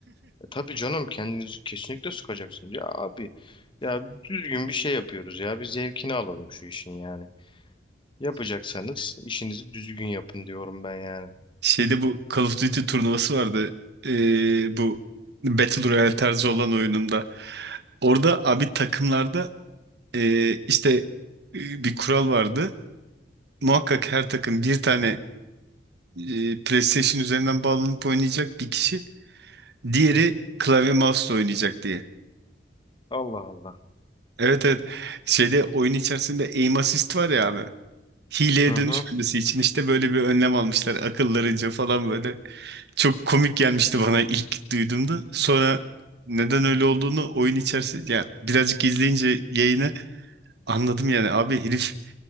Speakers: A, on the left (about 30°); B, on the right (about 65°).
A: E, tabii canım kendinizi kesinlikle sıkacaksınız ya abi. Ya düzgün bir şey yapıyoruz ya bir zevkini alalım şu işin yani. Yapacaksanız işinizi düzgün yapın diyorum ben yani.
B: Şeyde bu Call of Duty turnuvası vardı. Ee, bu Battle Royale tarzı olan oyununda. Orada abi takımlarda ee, işte ee, bir kural vardı. Muhakkak her takım bir tane ee, PlayStation üzerinden bağlanıp oynayacak bir kişi. Diğeri klavye mouse'la oynayacak diye.
A: Allah Allah.
B: Evet evet. Şeyde oyun içerisinde aim assist var ya abi. Hileye
A: Hı
B: dönüşmemesi
A: hı.
B: için işte böyle bir önlem almışlar akıllarınca falan böyle. çok komik gelmişti bana ilk duyduğumda. Sonra neden öyle olduğunu oyun içerisinde ya birazcık izleyince yayını anladım yani. Abi herif